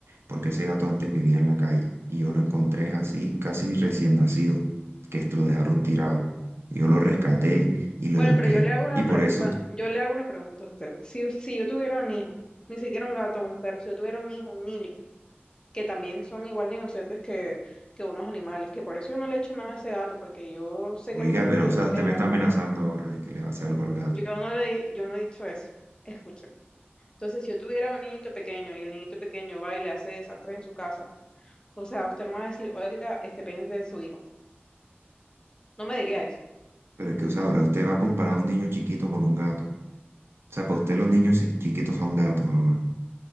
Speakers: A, on the right; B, on the left.
A: porque ese gato antes vivía en la calle y yo lo encontré así, casi recién nacido, que lo dejaron tirado. Yo lo rescaté y lo
B: Bueno,
A: eduqué.
B: pero yo le hago una
A: Y por
B: pregunta,
A: eso...
B: yo le hago una pregunta a usted. Si, si yo tuviera un hijo, ni siquiera un gato o un perro, si yo tuviera un hijo, un niño, que también son igual de inocentes que, que unos animales, que por eso yo no le echo nada a ese gato, porque yo sé que
A: Oiga,
B: los animales
A: pero o sea,
B: no
A: usted
B: tienen
A: me está
B: la culpa.
A: amenazando ahora de que le va a hacer algo al gato.
B: Yo no le, yo no he dicho eso. Escuchen. Entonces, si yo tuviera un niñito pequeño y el niñito pequeño va y le hace desastres en su casa, o sea, usted no me va a decir, oiga, este pendiente de su hijo. No me diría eso.
A: Pero es que, o sea, ahora usted va a comparar a un niño chiquito con un gato. O sea, para usted los niños chi- chiquitos son gatos ahora.